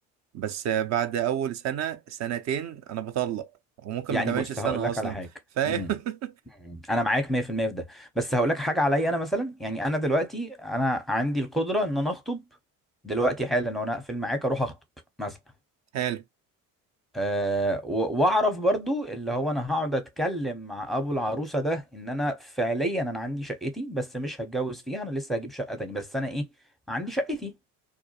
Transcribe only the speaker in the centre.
يعني
بص
هقول لك
على حاجه
امم
أمم. انا معاك 100% في المية في ده بس هقول لك حاجه عليا انا مثلا يعني انا دلوقتي انا عندي القدره ان انا اخطب دلوقتي حالا وانا اقفل معاك اروح اخطب مثلا
أه و- واعرف برضو اللي هو انا هقعد اتكلم مع ابو العروسه ده ان انا فعليا انا عندي شقتي بس مش هتجوز فيها انا لسه هجيب شقه تاني بس انا ايه عندي شقتي